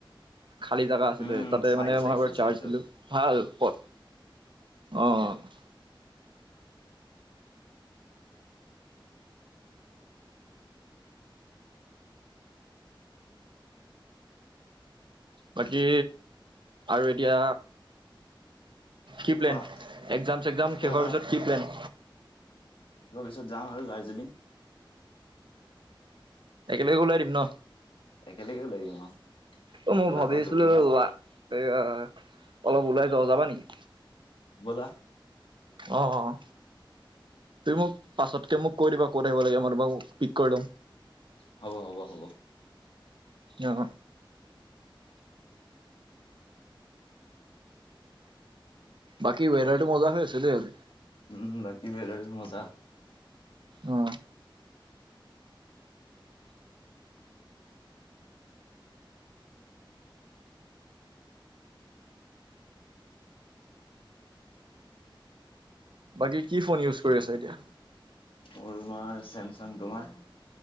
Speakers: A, on the right (about 65°); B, on the left (about 75°).
A: খালী জাগা আছিলে
B: উম
A: তাতে
B: চাইছো
A: মানে
B: চাইছো
A: মই বাৰ
B: চাইছো
A: চাৰ্জ দিলো ভাল পথ অঁ বাকী আৰু এতিয়া কি প্লেন
B: কোৱা
A: একজাম চেগ্জাম
B: এতিয়া
A: শেষ হোৱাৰ পিছত কি প্লেন
B: তাৰ পিছত যাওঁ আৰু দাৰ্জিলিং
A: একেলগে ওলাই দিম ন।
B: একেলগে ওলাই দিম আৰু
A: অঁ মই
B: ওলাবা
A: ভাবিছিলো
B: তুমিও
A: এ অলপ ওলাই যোৱা যাবা নেকি
B: ব'লা
A: অঁ তুমি মোক পাছতকে মোক কৈ দিবা ক'ত আহিব লাগে মই তোমাক মোক পিক কৰি লওঁ
B: হ'ব হ'ব হ'ব
A: অঁ বাকী বেৰাটো মজা হৈ আছে দেই আজি।
B: উম বাকী ৱাটাৰ আজি মজা।
A: অ বাকী কি ফোন ইউজ কৰি আছে এতিয়া।
B: মোৰ মা চেমচং তোমাৰ।